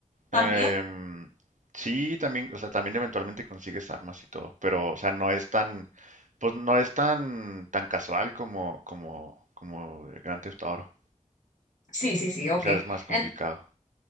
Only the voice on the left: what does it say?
también.
Sí, sí, sí, ok.
En-